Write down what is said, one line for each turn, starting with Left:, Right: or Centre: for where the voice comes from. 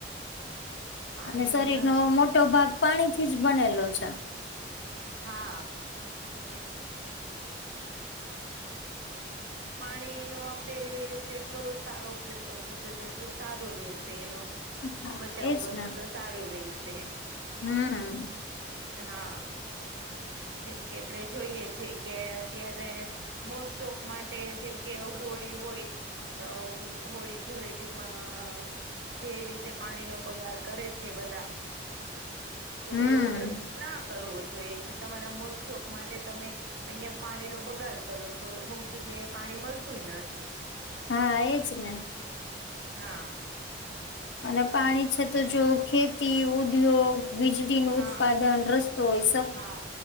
Right: પાણી
Left: અને શરીરનો મોટો ભાગ પાણી થી જ બનેલો છે
Right: હા પાણીનો આપડે જેટલો સારો ઉપયોગ કરશું તો તેટલું સારું રેશે એનો
Left: હા
Right: બચાવ
Left: એજ
Right: કરશો
Left: ને
Right: તો સારું રેશે
Left: હમ
Right: હા જેમ કે <unintelligible> જોઈએ છે કે અત્યારે મો શોક માટે જેમ કે હોળી હોય અમ હોળી ધૂળેટીમાં જે રીતે પાણી નો બગાડ કરે છે બધા
Left: <inaudible>
Right: તો
Left: હમ
Right: એવો ન કરવો જોઈએ. તમારા મોજ શોખ માટે તમે અઈયાં પાણી નો બગાડ કરો છો તો અમુક જગ્યાએ પાણી મલતુ નથી
Left: હા એજ ને
Right: હા
Left: અને પાણી છે તો જો ખેતી ઉદ્યોગ વીજળી નું
Right: હા
Left: ઉત્પાદન રસ્તોય <unintelligible>
Right: હા